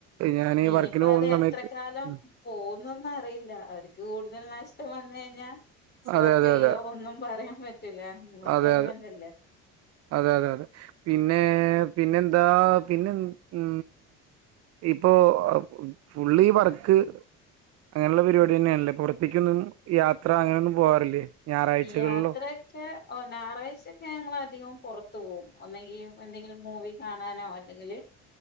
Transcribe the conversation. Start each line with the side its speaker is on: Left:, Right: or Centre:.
Right: ഞാന്
Left: ഇനിയിപ്പോ
Right: വർക്കിന് പോകുന്ന
Left: അത് എത്ര
Right: സമയത്ത്
Left: കാലം
Right: ഉം
Left: പോന്നന്ന അറിയില്ല അവർക്ക് കൂടുതൽ നഷ്ടം വന്നഴ ഞ്ഞ സ്റ്റോപ്പ്
Right: അതെ അതെ
Left: ചെയ്യോ
Right: അതെ
Left: ഒന്നും പറയാൻ പറ്റൂല നമ്മളെ
Right: അതെ
Left: ഗവമെന്റ്ല്ലേ
Right: അതെ അതെ അതെ പിന്നെ പിന്നെ എന്താ പിന്നെ ഉ ഇപ്പോ ഫുള്ളി വർക്ക് അങ്ങനെയുള്ള പരിപാടി തന്നെയണല്ലേ പുറത്തേക്കൊന്നും യാത്ര അങ്ങനെ ഒന്നും പോവാറില്ലേ ഞായറാഴ്ചകളിലോ
Left: യാത്രൊക്കെ ഓ ഞായറാഴ്ചയക്കെ ഞങ്ങ അധികം പുറത്തു പോകും ഒന്നെങ്കി എന്തെങ്കിലും മൂവി കാണാനോ അല്ലെങ്കിൽ